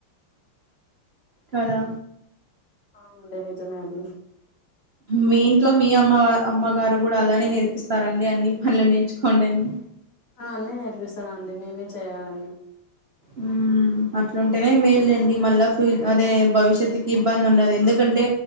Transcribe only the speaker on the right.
కదా
మీ ఇంట్లో మీ అమ్మ అమ్మగారు కూడా అలానే నేర్పిస్తారండి అన్ని పనులు నేర్చుకోండి అని
హ్మ అట్లుంటేనే మేలు లెండి మళ్ళా ఫ్య అదే భవిష్యత్తుకి ఇబ్బంది ఉండదు ఎందుకంటే